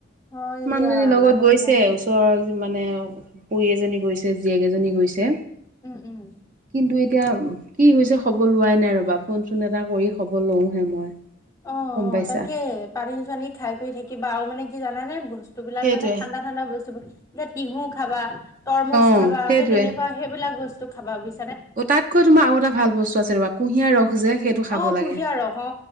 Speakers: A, on the left; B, on the right.
A: হয়
B: মানুহজনীৰ
A: দিয়া
B: লগত
A: মানুহ
B: গৈছে
A: বিলাকে
B: ওচৰৰ মানে খুৰী এজনী গৈছে জীয়েক এজনী গৈছে
A: উম উম
B: কিন্তু এতিয়া কি হৈছে খবৰ লোৱাই নাই ৰবা ফোন চোন এটা কৰি খবৰ লওঁহে মই
A: অ
B: গম পাইছা
A: অ তাকে পানী চানী খাই কৰি থাকিবা আৰু মানে কি জানানে ব স্তুবিলাক
B: সেইটোৱে
A: মানে ঠাণ্ডা ঠাণ্ডা বস্তুবোৰ যে তিহু খাবা তৰমুজ
B: অ
A: খাবা
B: সেইটোৱে
A: সেই তেনেকোৱা সেইবিলাক বস্তু খাবা বুই
B: অ তাতকৈ তোমাৰ আৰু এটা ভাল বস্তু আছে ৰবা কুঁহিয়াৰ ৰস খোজে সেইটো খাব
A: অ কুঁহিয়াৰ
B: লাগে
A: ৰস অ